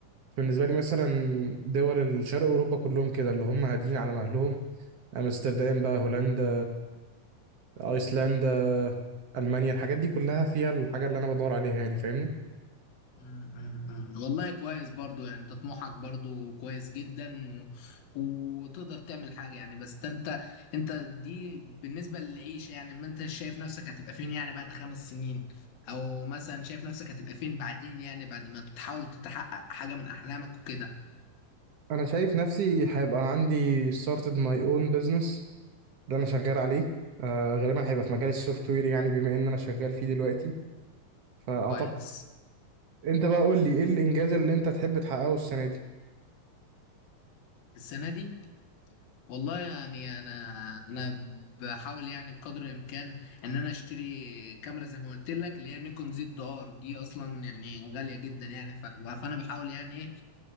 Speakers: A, on the right (about 60°); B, on the left (about 80°).
A: بالنسبه لي مثلا دول الشرق اوروبا كلهم كده اللي هم هاديين على مهلهم امستردام بقى هولندا ايسلندا المانيا الحاجات دي كلها فيها الحاجه اللي انا بدور عليها يعني فاهمني
B: مم، مم، مم. والله كويس برضو يعني انت طموحك برضو كويس جدا و... وتقدر تعمل حاجة يعني بس انت انت دي بالنسبة للعيشة يعني ما انت شايف نفسك هتبقى فين يعني بعد خمس سنين او مثلا شايف نفسك هتبقى فين بعدين يعني بعد ما تحاول تتحقق حاجة من احلامك وكده
A: انا شايف نفسي هيبقى عندي started my own business اللي انا شغال عليه آه غالبا هيبقى في مجال السوفت وير يعني بما ان انا شغال فيه دلوقتي فاعتقد
B: كويس
A: انت بقى قول لي ايه الانجاز اللي انت تحب تحققه السنه دي
B: السنة دي والله يعني انا انا بحاول يعني بقدر الامكان ان انا اشتري كاميرا زي ما قلت لك اللي هي نيكون زد ار دي اصلا يعني غاليه جدا يعني ف- فانا بحاول يعني ايه